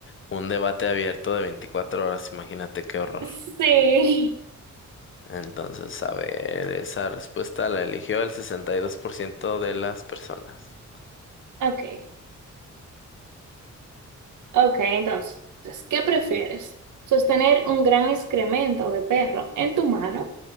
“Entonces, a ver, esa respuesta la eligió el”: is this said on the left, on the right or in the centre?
Left